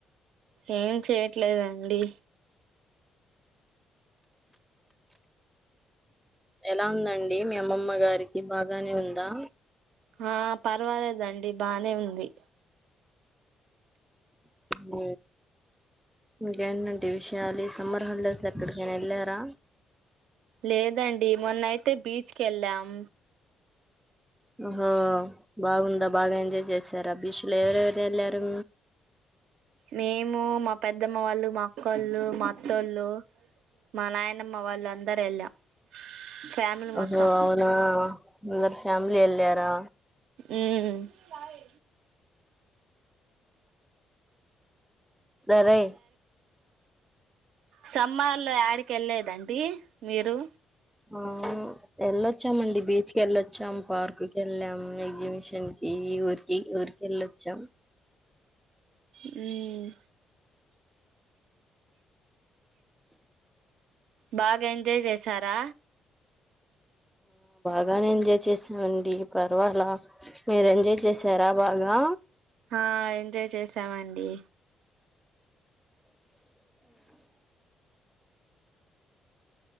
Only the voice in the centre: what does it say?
ఎలా ఉందండి మీ అమ్మమ్మ గారికి బాగానే ఉందా
మ్ ఇంకేంటంటి విషయాలు ఈ సమ్మర్ హాలిడేస్ లొ ఎక్కడికైనా వెళ్ళారా
ఆహా బాగుందా బాగా ఎంజాయ్ చేశారా బీచ్లో ఎవరెవరు ఎళ్లారు.
ఒహో
అవునా అందరూ ఫ్యామిలీ ఎల్లారా
సరే
ఆ ఎళ్ళొచ్చామండి బీచ్కి ఎళ్ళొచ్చాం పార్క్ కి ఎళ్ళాం ఎగ్జిబిషన్ కి ఈ ఊరికి ఊరికి ఎళ్ళొచ్చాం.
బానే ఎంజాయ్ చేసావండి పర్వాలా మీరు ఎంజాయ్ చేసారా బాగా